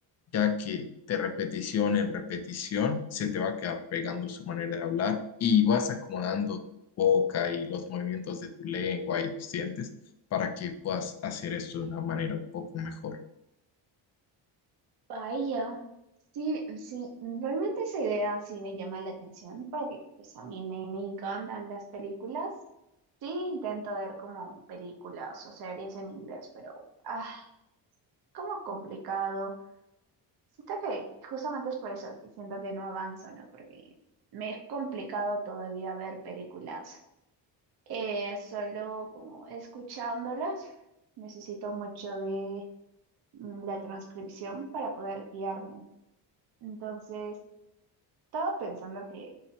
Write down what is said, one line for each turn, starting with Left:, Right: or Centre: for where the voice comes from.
Left: ya que de repetición en repetición se te va a quedar pegando su manera de hablar y vas acomodando tu boca y los movimientos de tu lengua y los dientes para que puedas hacer esto de una manera un poco mejor.
Right: Vaya, sí, sí, realmente esa idea sí me llama la atención porque pues a mí me, me encantan las películas. Sí, intento ver como películas o series en inglés, pero ah, como complicado. Siento que justamente es por eso que siento que no avanzo, ¿no? Porque me es complicado todavía ver películas. Eh, solo como escuchándolas, necesito mucho de mm, la transcripción para poder guiarme. Entonces, estaba pensando que